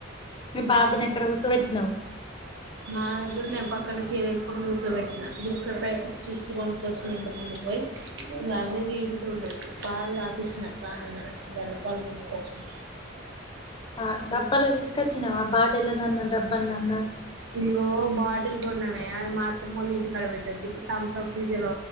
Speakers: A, on the left; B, on the right.
A: మీ బాబునెక్కడ కూర్చో బెట్టినావ్
B: నా దగ్గర నేను పక్కన చీర వేసుకొని కూర్చోబెట్టిన బిస్కెట్ ప్యాకెట్ చిప్స్ కొంపుకొచ్చిను ఇంత ముందు పోయి ఇగ అవే తింటుండు పాలు దాపిచ్చిన రాంగనే బర్రె పాలు తీసుకొచ్చిన
A: ఆ డబ్బాలో ధిస్కచ్చిన ఆ బాటిల్ ఎలా నన్న డబ్బ పన్నన్న
B: ఇయ్యొ బాటిల్కిన్నామే అది మ అత్తమ్మ మొల్ల ఇంటి కడ పెట్టొచ్చుప్పు థమ్స్ అప్ సీజన్